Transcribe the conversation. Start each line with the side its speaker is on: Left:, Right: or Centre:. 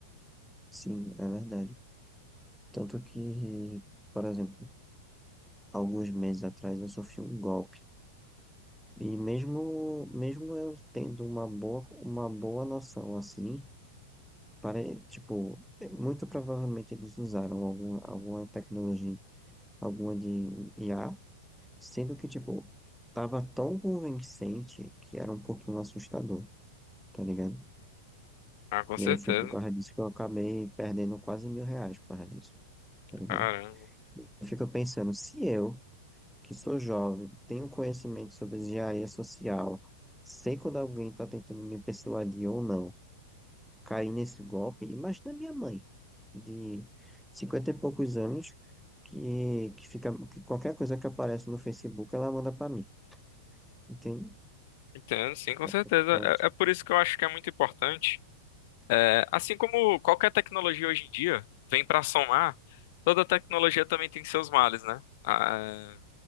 Centre: sim, é verdade. Tanto que, por exemplo, alguns meses atrás eu sofri um golpe. E mesmo, mesmo eu tendo uma boa, uma boa noção assim, pare, tipo, muito provavelmente eles usaram alguma, alguma tecnologia, alguma de IA, sendo que, tipo, tava tão convincente que era um pouquinho assustador, tá ligado?
Left: Ah, com
Centre: E
Left: certeza.
Centre: aí foi por causa disso que eu acabei perdendo quase mil reais por causa disso, tá ligado?
Left: Caramba.
Centre: Eu fico pensando, se eu que sou jovem, tenho conhecimento sobre engenharia social, sei quando alguém está tentando me persuadir ou não, caí nesse golpe. Imagina minha mãe, de 50 e poucos anos, que, que, fica, que qualquer coisa que aparece no Facebook ela manda para mim, entende?
Left: Entendo, sim, com certeza.
Centre: É preocupante,
Left: É, é por isso que eu acho que é muito importante. É, assim como qualquer tecnologia hoje em dia vem para somar, toda tecnologia também tem seus males, né? Ah,